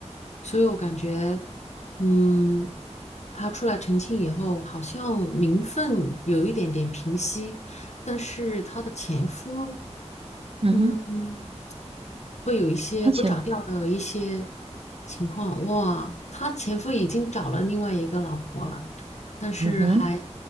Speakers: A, on the left; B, on the right.
A: 所以我感觉，嗯，他出来澄清以后，好像名分有一点点平息，但是她的前夫。
B: 嗯哼，
A: 嗯，会有一些不着调的一些
B: 而且，
A: 情况。哇，她前夫已经找了另外一个老婆了，但是还
B: 嗯哼，